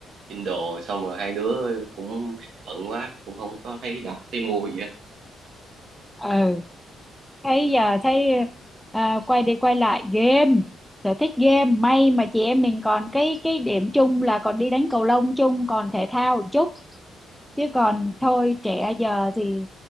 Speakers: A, on the right; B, in the centre.
A: Kindle xong rồi hai đứa cũng bận quá cũng không có thấy đọc thấy mua gì hết
B: ừ thấy giờ thấy à, quay đi quay lại game sở thích game may mà chị em mình còn cái cái điểm chung là còn đi đánh cầu lông chung còn thể thao một chút chứ còn thôi trẻ giờ thì